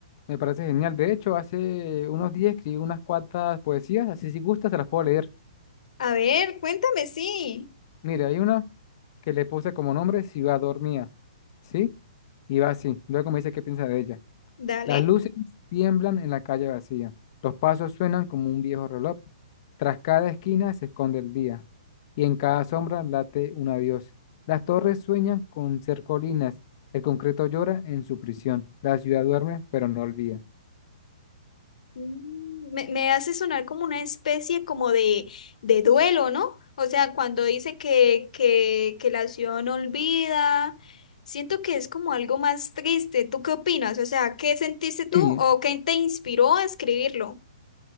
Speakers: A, on the left (about 35°); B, on the left (about 60°).
A: Me parece genial. De hecho, hace unos días escribí unas cuantas poesías, así si gustas te las puedo leer.
B: A ver, cuéntame, sí,
A: Mire, hay una que le puse como nombre Ciudad Dormía, ¿sí? Y va así. Luego me dice qué piensa de ella.
B: dale.
A: Las luces tiemblan en la calle vacía. Los pasos suenan como un viejo reloj. Tras cada esquina se esconde el día. Y en cada sombra late un adiós. Las torres sueñan con ser colinas. El concreto llora en su prisión. La ciudad duerme, pero no olvida.
B: Mm, Me, me hace sonar como una especie como de, de duelo, ¿no? O sea, cuando dice que, que, que la acción olvida, siento que es como algo más triste. ¿Tú qué opinas? O sea, ¿qué sentiste tú
A: Sí,
B: o qué te inspiró a escribirlo?